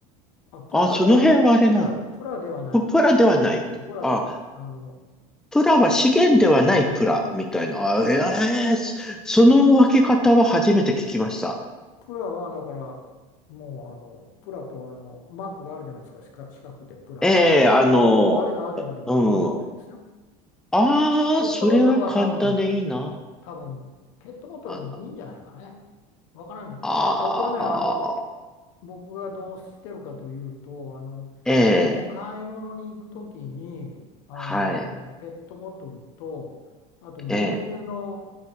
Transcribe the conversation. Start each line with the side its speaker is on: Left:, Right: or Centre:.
Left: あ、プラではない、
Centre: あ、その辺はあれなん、
Left: プラで、プラではない、
Centre: プ、プラではないと。
Left: プラではない、
Centre: あ、
Left: あの、
Centre: プラは資源ではないプラ、みたいな。あええそその分け方は初めて聞きました。
Left: プラはだから、もうあのプラとあのマークがあるじゃないですか、四角四角くてプラってか、
Centre: ええ、あの、
Left: あれが、あれがあればいい、
Centre: うん。
Left: いいみたいですよ。
Centre: ああ、
Left: ペットボトルは多分だ、
Centre: それは簡単でいいな。
Left: だ、多分ペットボトルでもいいんじゃないかね。
Centre: あの、
Left: わからない。
Centre: ああ、
Left: 僕はね、あの、僕がどうしてるかというと、あの、
Centre: ええ
Left: もう買い物に行くときに、あの、
Centre: はい。
Left: ペットボトルと、あと牛乳の、
Centre: ええ。